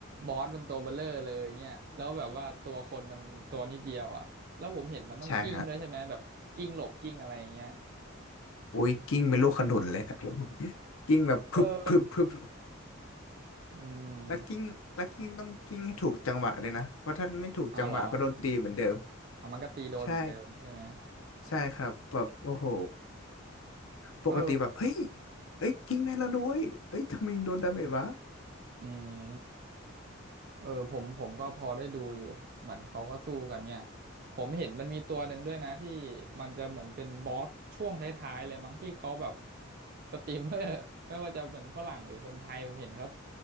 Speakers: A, on the right; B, on the left.
A: บอสมันตัวเบลเลอร์เลยเนี่ยแล้วแบบว่าตัวคนมันตัวนิดเดียวอ่ะแล้วผมเห็นมันต้องกิ้งด้วยใช่ไหมแบบกิ้งหลบกิ้งอะไรอย่างเงี้ย
B: ใช่ฮะอุ้ยกิ้งเป็นลูกขนุนเลยอะกิ้งแบบพึบพึบพึบ
A: เอออื
B: แล้วกิ้งแล้วกิ้งต้องกิ้งให้ถูกจังหวะด้วยนะเพราะถ้าไม่ถูกจังหวะก็โดนตีเหมือนเดิม
A: มอ้าวเหรออ่ะมันก็ตีโดนเหมือนเดิมใช่ไหม
B: ใช่ใช่ครับแบบโอ้โหปกติแบบเฮ้ย
A: เออ
B: เฮ้ยกิ้งได้แล้วนุ้ยเอ้ยทำไมยังโดนดาเมจวะ
A: อืม เออผมผมก็พอได้ดูอยู่เหมือนเขาก็สู้กันเนี่ยผมเห็นมันมีตัวหนึ่งด้วยนะที่มันจะเหมือนเป็นบอสช่วงท้ายๆเลยมั้งที่เขาแบบสตรีมเมอร์ <laughs> ไม่ว่าจะเหมือนฝรั่งหรือคนไทยผมเห็นเขา